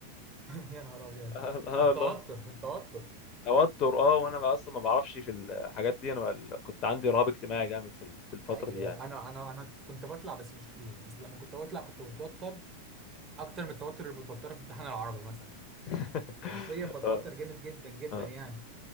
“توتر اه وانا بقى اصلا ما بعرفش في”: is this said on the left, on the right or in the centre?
Left